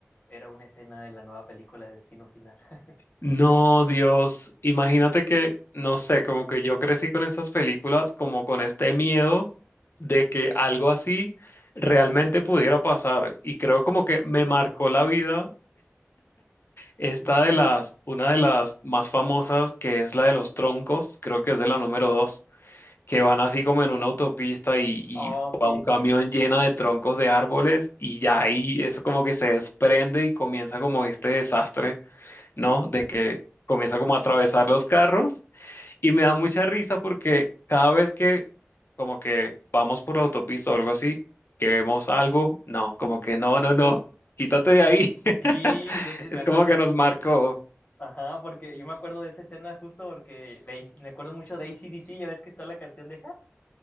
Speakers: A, on the left; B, on the left.
A: era una escena de la nueva película de Destino Final. <laughs>
B: No, Dios, imagínate que, no sé, como que yo crecí con estas películas, como con este miedo de que algo así realmente pudiera pasar. Y creo como que me marcó la vida esta
A: Y-
B: de las, una de las más famosas, que es la de los troncos, creo que es de la número dos, que van así como en una autopista y, y
A: Oh, sí.
B: va un camión llena de troncos de árboles y ya ahí eso como que se desprende y comienza como este desastre. ¿no? De que comienza como a atravesar los carros y me da mucha risa porque cada vez que como que vamos por la autopista o algo así, que vemos algo, no, como que no, no, no, quítate de ahí. <laughs>
A: Sí, de- me
B: Es
A: acuerdo.
B: como que nos marcó.
A: Ajá, porque yo me acuerdo de esa escena justo porque de- me acuerdo mucho de AC/DC, ya ves que está la canción de...